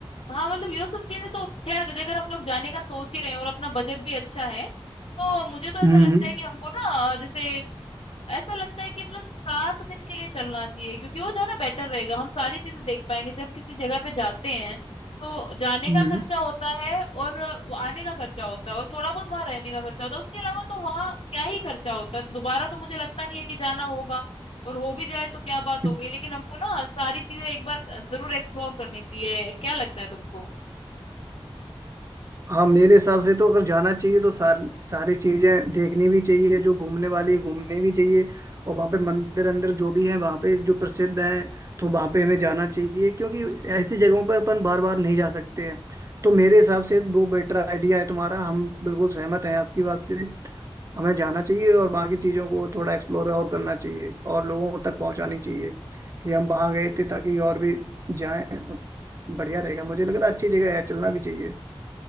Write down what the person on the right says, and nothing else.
हम्म
हम्म
हम्म।
हाँ मेरे हिसाब से तो अगर जाना चाहिए तो सार, सारी चीजें देखनी भी चाहिए जो घूमने वाली है घूमनी भी चाहिए और वहाँ पे मंदिर अंदर जो भी है वहाँ पे जो प्रसिद्ध है तो वहाँ पे हमें जाना चाहिए क्योंकि ऐसी जगहों पे अपन बार बार नहीं जा सकते हैं तो मेरे हिसाब से वो बेटर आइडिया है तुम्हारा हम बिल्कुल सहमत हैं आपकी बात से हमें जाना चाहिए और बाकी चीज़ों को थोड़ा एक्सप्लोर और करना चाहिए और लोगों तक पहुंचानी चाहिए कि हम वहाँ गए थे ताकि और भी जाएं और बढ़िया रहेगा मुझे लग रहा है अच्छी जगह है चलना भी चाहिए